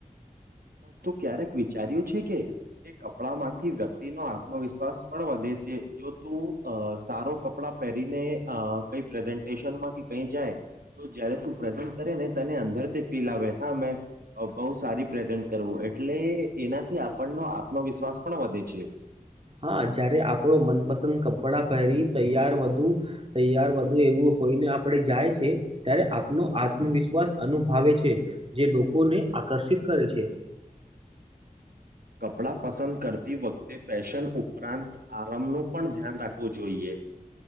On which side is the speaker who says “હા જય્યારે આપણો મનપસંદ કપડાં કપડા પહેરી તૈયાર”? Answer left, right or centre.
Right